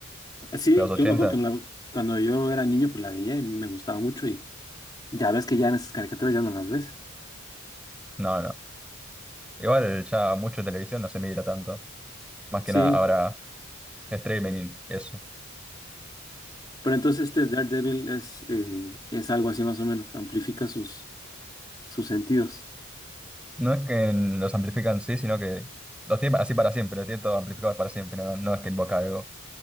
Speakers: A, on the left; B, in the centre.
A: Sí,
B: De los ochenta,
A: yo me acuerdo que la- cuando yo era niño, pues la veía y me gustaba mucho. Y ya ves que ya en esas caricaturas ya no las ves.
B: No, no. Igual ya mucho televisión no se mira tanto. Más que
A: Sí,
B: nada ahora. Streaming, eso.
A: pero entonces este Daredevil es, eh, es algo así más o menos, amplifica sus, sus sentidos.
B: No es que los amplifican sí, sino que los tiene así para siempre, los tiene todo amplificado para siempre, no, no es que invoca algo.